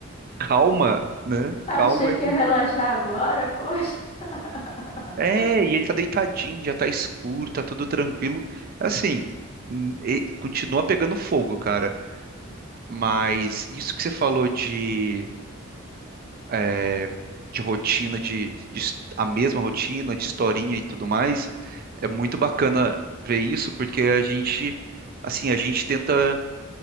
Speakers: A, on the right; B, on the left.
A: calma né?
B: Achei
A: Calma aí,
B: que ia relaxar agora, poxa. <laughs>
A: É, e ele tá deitadinho, já tá escuro, tá tudo tranquilo. Assim, hum, e- continua pegando fogo, cara. Mas isso que você falou de, é, de rotina, de, de his- a mesma rotina, de historinha e tudo mais, é muito bacana ver isso, porque a gente, assim, a gente tenta,